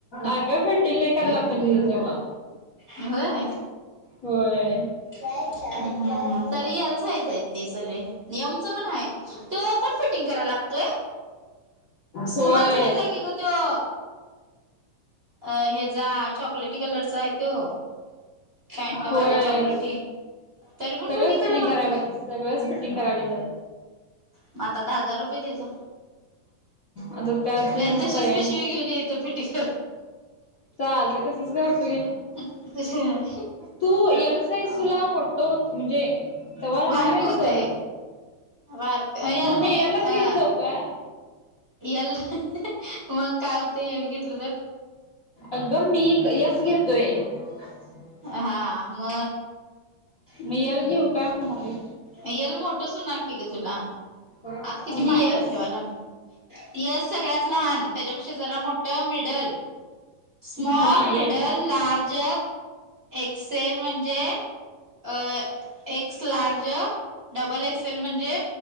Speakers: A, on the left; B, on the right.
A: अगं फिटिंग लय करायला लागतय <unintelligible>
B: ह <inaudible> होय
A: होय.
B: हा तरी एल साईजयेत. ते सगळे नि एमचा पण आहे तो पण फिटिंग करायला लागतोय?
A: होय
B: स्मॉल साईज हाय की ग त्यो. अ ह्याजा चॉकलेटी कलरचा आहे तो. पॅन्टवाले
A: होय.
B: चॉकलेटी तरी पण
A: सगळंच फिटिंग
B: करायला लागतोय
A: कराय पाहिजे सगळंच फिटिंग कराय पाहिजे.
B: मग आता दहा हजार रुपये द्यायचा
A: आता त्याशिवाय
B: नाही
A: म्हण
B: तशीच
A: पर्याय
B: पिशवी घेऊन येतो फिटिंग
A: चालते तसच घालता येईल.
B: करून
A: तू यल साईस तुला मोठो म्हणजे तव्हा लहान
B: बारक
A: व्हयचं
B: होतय बारक एल
A: मग
B: नाही
A: मी एलच
B: अ
A: घेत जाऊ काय?
B: एल मग काय होते एल घेतलं तर
A: अगं मी एक यस घेतोय. ह <inaudible>
B: अहा म
A: म यल घेऊ का? <unintelligible>
B: येल मोठच होणार की ग तुला
A: म्हणजे
B: आत किती माया
A: यस
B: ठेवाया लाग येस सगळ्यात लहान त्याच्यापेक्षा जरा मोठ मिडल स्मॉल
A: हा
B: मिडल
A: या
B: लार्ज एक्सेल म्हणजे अ एक्स लार्ज डबल एक्सेल म्हणजे